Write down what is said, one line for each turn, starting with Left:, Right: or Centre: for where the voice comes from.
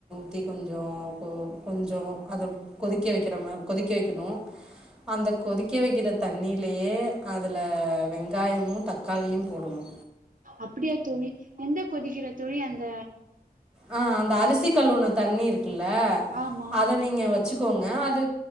Centre: தி கொஞ்சோ கோ கொஞ்சோ அதுப் கொதிக்க வக் கிறாம கொதிக்க வக்கிணூ அந்த கொதிக்க வைக்கிற தண்ணிலேயே அதுல வெங்காயமு தக்காளியும் போடணு
Right: அப்படியா தோழி எந்த கொதிக்கிற தோழி அந்த
Centre: ஆ அந்த அரிசி கழுவுன தண்ணீ இருக் குல்ல
Right: ஆமா
Centre: அத நீங்க வச்சு கோங்க அது